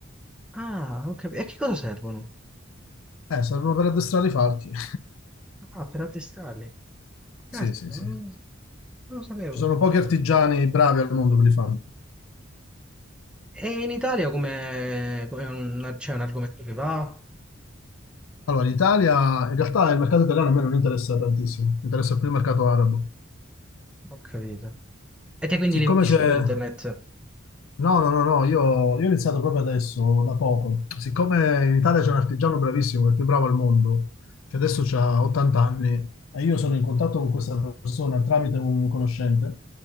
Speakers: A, in the centre; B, on the left.
A: Ah, ho capito. E a che cosa servono?
B: Eh, servono per addestrare i falchi. <laughs>
A: Ah, per addestrarli. Caspita,
B: Sì, sì, sì.
A: non, non lo sapevo.
B: Ci sono pochi artigiani bravi al mondo per li fare.
A: E in Italia come come un- c'è un argomento che va?
B: Allora, l'Italia, in realtà il mercato italiano a me non interessa tantissimo, mi interessa più il mercato arabo.
A: Ho capito. E te quindi
B: Siccome
A: li vedi
B: c'è,
A: su internet?
B: Ok. No, no, no, no, io, Io ho iniziato proprio adesso, da poco. siccome in Italia c'è un artigiano bravissimo, il più bravo al mondo, che adesso ha 80 anni, E io sono in contatto con questa persona tramite un conoscente,